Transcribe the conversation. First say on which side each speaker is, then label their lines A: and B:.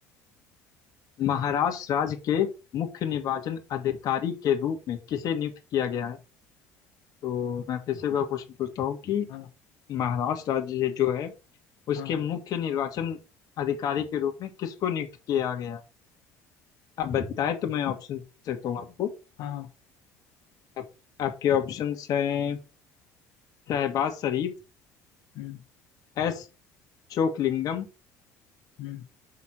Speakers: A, on the left; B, on the left.
A: महाराष्ट्र राज्य के मुख्य निर्वाचन अधिकारी के रूप में किसे नियुक्त किया गया है तो मैं फिर से एक बार क्वेश्चन पूछता हूँ कि
B: हाँ
A: महाराष्ट्र राज्य है जो है उसके
B: हाँ हाँ
A: मुख्य निर्वाचन अधिकारी के रूप में किसको नियुक्त किया गया है? अब बताए
B: ठीक है।
A: तो मैं ऑप्शन दे सकता हूँ आपको
B: हाँ हाँ
A: आप, आपके ऑप्शंस हैं शहबाज शरीफ
B: हम्म
A: एस चोकलिंगम
B: हम्म